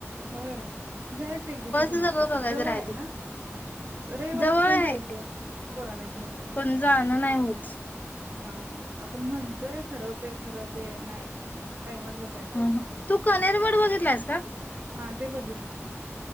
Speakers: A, on the right; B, on the left.
A: होय जायचं एक दिवशी संध्याकाळच
B: सगळं बघायचं
A: जवळ
B: राहिलय
A: आहे ना. रविवारचं
B: जवळ
A: ते
B: आहे
A: जायचं पोरांना घेऊन
B: पण जाणं नाही होच.
A: हा आपण म्हणतोय ठरवते खरं ते नाही. टाइमात बसाय पाहिजे
B: ह तू कनेरमड वघितरलास का.
A: हा ते बघितले.